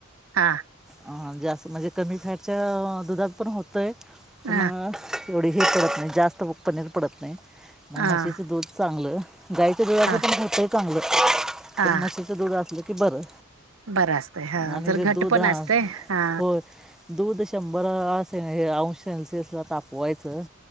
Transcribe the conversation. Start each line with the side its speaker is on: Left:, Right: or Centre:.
Right: हां
Centre: अ जास्त म्हणजे कमी फॅटच्या दुधात पण होतंय
Right: ह
Centre: पण. एवडीही पडत नाही जास्त पनीर पडत नाही मग
Right: ह
Centre: म्हशीचं दूध चांगलं गायचं दुधाचं
Right: ह
Centre: पण होतंही चांगलं
Right: हा
Centre: पण म्हशीचं दूध असलं की बरं.
Right: बरं असत हा
Centre: आणि
Right: जर
Centre: जे
Right: घट
Centre: दूध
Right: पण
Centre: हा
Right: असते हा?
Centre: होय दूध शंभर अंश सेल्सिअस ला तापवायचं.